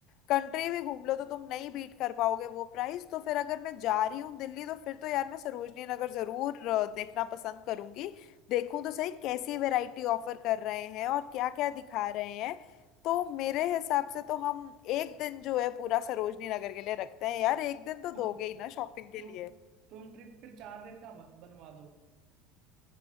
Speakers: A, on the left (about 50°); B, on the right (about 50°).
A: कंट्री भी घूम लो तो तुम नहीं बीट कर पाओगे वो प्राइस तो फिर अगर मैं जा रही हूँ दिल्ली तो फिर तो यार मैं सरोजनी नगर जरूर अ, देखना पसंद करूंगी देखूं तो सही कैसी वैरायटी ऑफर कर रहे हैं और क्या क्या दिखा रहे हैं तो मेरे हिसाब से तो हम एक दिन जो है पूरा सरोजनी नगर के लिए रखते हैं यार एक दिन तो
B: <laughs>
A: दोगे ही ना शॉपिंग के
B: तुम
A: लिए
B: तुम ट्रिप फिर चार दिन का मत बनवा दो